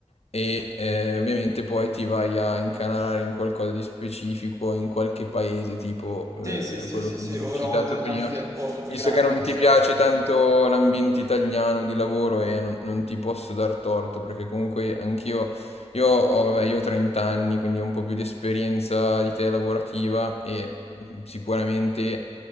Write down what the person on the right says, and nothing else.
Sì, sì, sì,
sì,
sì,
o
Rotterdam
che è il porto più
grande
che
c'è.